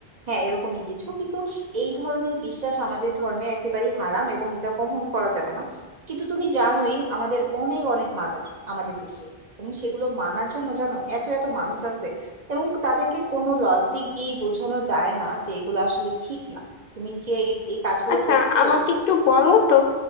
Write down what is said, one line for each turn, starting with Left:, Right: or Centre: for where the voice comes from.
Right: হ্যাঁ এরকমই কিছু কিন্তু এই ধরনের বিশ্বাস আমাদের ধর্মে একেবারেই হারাম এবং এটা কখনই করা যাবে না কিন্তু তুমি জানোই আমাদের অনেক অনেক মাজার আমাদের দেশে এবং সেগুলো মানার জন্য জানো এত এত মানুষ আছে এবং তাদেরকে কোনো লজিক দিয়ে বোঝানো যায় না যে এগুলো আসলে ঠিক না তুমি যে এই এই কাজগুলো
Left: আচ্ছা
Right: করতেছো
Left: আমাকে একটু বলো তো